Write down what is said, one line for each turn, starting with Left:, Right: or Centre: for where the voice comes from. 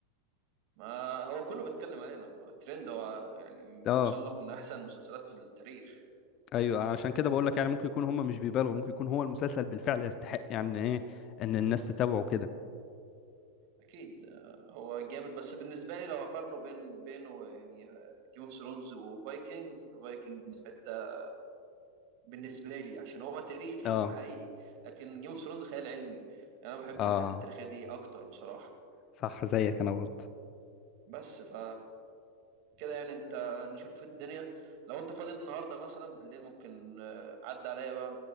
Right: ما هو كله بيتكلم علينا هو الترند هو يعني
Left: اه
Right: مصنف من احسن المسلسلات في التاريخ
Left: ايوه عشان كده بقول لك يعني ممكن يكون هم مش بيبالغوا ممكن يكون هو المسلسل بالفعل يستحق يعني ايه ان الناس تتابعه كده
Right: اكيد آه، هو جامد بس بالنسبة لي لو اقارنه بين بينه يعني جيم اوف ثرونز وفايكنجز فايكنجز في حتة بالنسبه لي عشان هو تاريخي
Left: اه
Right: وحقيقي لكن جيم اوف ثرونز خيال علمي يعني انا بحب
Left: اه
Right: الحته التاريخيه دي اكتر بصراحه
Left: صح زيك انا برضه
Right: بس ف كده يعني انت نشوف الدنيا لو انت فاضي النهارده مثلا بالليل ممكن آه، عدى عليا بقى